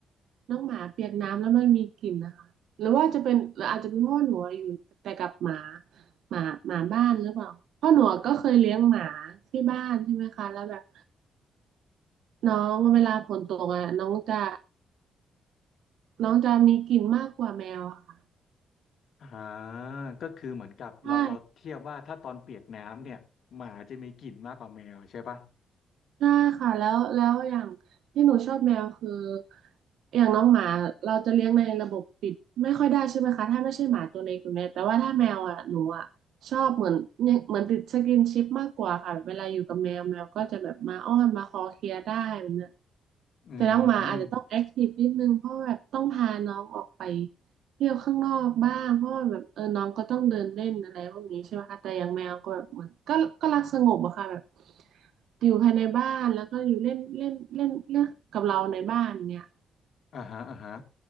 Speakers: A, on the right; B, on the left.
A: น้องหมาเปียกน้ำแล้วมันมีกลิ่นนะคะหรือว่าจะเป็นหรืออาจจะเป็นเพราะว่าหนูอะอยู่แต่กับหมาหมาหมาบ้านหรือเปล่าเพราะหนูก็เคยเลี้ยงหมาที่บ้านใช่ไหมคะแล้วแบบน้องเวลาฝนตกอ่ะน้องจะ น้องจะมีกลิ่นมากกว่าแมวอะค่ะ
B: อ่าก็คือเหมือนกับเราเราเทียบว่าถ้าตอนเปียกน้ำเนี่ยหมาจะมีกลิ่นมากกว่าแมวใช่ปะ
A: ใช่ใช่ค่ะแล้วแล้วอย่างที่หนูชอบแมวคืออย่างน้องหมาเราจะเลี้ยงในระบบปิดไม่ค่อยได้ใช่ไหมคะถ้าไม่ใช่หมาตัวเล็กตัวเนี้ยแต่ว่าถ้าแมวอะหนูอะชอบเหมือนเนี่ยเหมือนติดสกินชิปมากกว่าค่ะแบบเวลาอยู่กับแมวแมวก็จะแบบมาอ้อนมาคอเคลียร์ได้แบบเนี้ย
B: อื
A: แต่น้องหมาอาจจะต้องแอคทีฟนิดนึงเพราะแบบต้องพาน้องออกไป
B: ม
A: เที่ยวข้างนอกบ้างเพราะว่าแบบเออน้องก็ต้องเดินเล่นอะไรพวกนี้ใช่ไหมคะแต่อย่างแมวก็แบบเหมือนก็ก็รักสงบอะค่ะแบบอยู่ภายในบ้านแล้วก็อยู่เล่นเล่นเล่นเล่นกับเราในบ้านเนี่ย
B: อ่าฮะอ่าฮะ